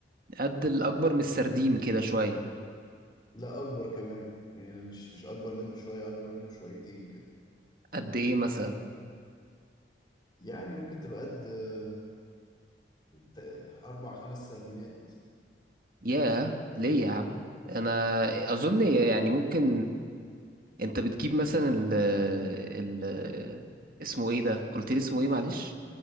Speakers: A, on the right; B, on the left.
A: قد الأكبر من السردين كده شوية
B: لا أكبر كمان يعني لا مش مش أكبر منه شوية أكبر منه شويتين كده
A: قد إيه مثلا
B: يعني ممكن تبقى قد آه، ت- أربع خمس سردينات مثلا
A: ياه ليه يا عم أنا أظن يعني ممكن أنت بتجيب مثلا ال ال اسمه إيه ده قلت لي اسمه إيه معلش